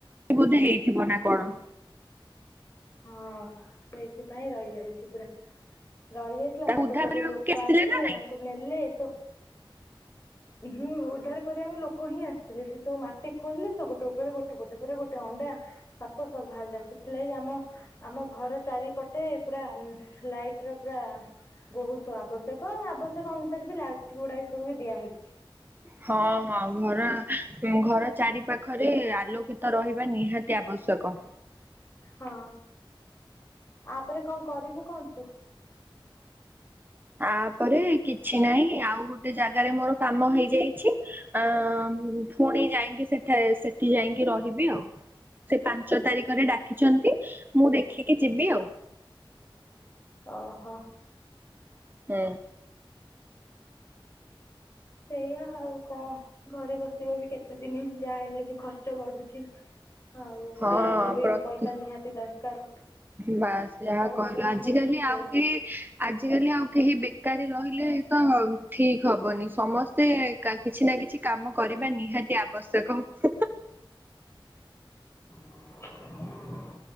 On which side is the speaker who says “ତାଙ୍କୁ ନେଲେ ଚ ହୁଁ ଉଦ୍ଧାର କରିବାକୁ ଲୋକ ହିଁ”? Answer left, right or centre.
Left